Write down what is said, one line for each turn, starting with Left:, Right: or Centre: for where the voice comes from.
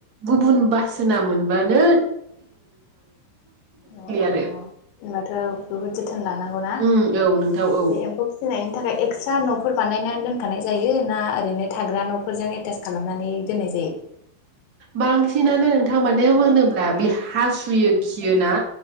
Right: गुबुन बासोना मोन बानो
Left: अ अ
Right: आरो
Left: होनबाथ' बहुद जोथोन लानांगौना
Right: उम औ नोंथां औ
Left: बे एम्फौ फिसिनायनि थाखाय एक्स्रा न' फोर बानायनानै दोनखानाय जायो ना ओरैनो थाग्रा न'फोरजों एटास खालामनानै दोननाय जायो।
Right: बांसिनानो नोंथां मानो होनोब्ला बे हासुयो खियो ना।